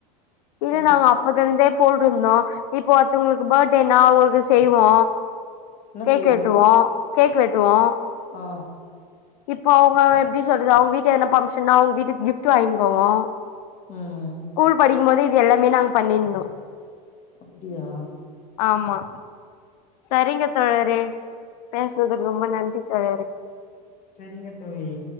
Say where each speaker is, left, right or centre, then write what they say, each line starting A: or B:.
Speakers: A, on the left; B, on the left.
A: இல்ல
B: சொல்றே
A: நாங்க அப்பத்திருந்தே போய்ட்டுருந்தோ இப்போ ஒருத்தவங்களுக்கு பர்ட்டேனா அவங்களுக்கு செய்வோ
B: என்ன
A: கேக்
B: செய்வீங்க?
A: வெட்டுவோ கேக் வெட்டுவோ
B: ஆ
A: இப்போ அவங்க எப்படி சொல்றது அவங்க வீட்டு என பங்க்ஷன்னா அவங்க வீட்டுக் கிப்ட் கிப்ட் வாங்கிட் போவோ
B: ஆ ம்.
A: ஸ்கூல் படிக்கும்போதே இது எல்லாமே நாங்க பண்ணிருந்தோ
B: அப்டியா
A: ஆமா சரிங்க தோழரே பேசுனதுக்கு ரொம்ப நன்றி தோழரே
B: சரிங்க தோழி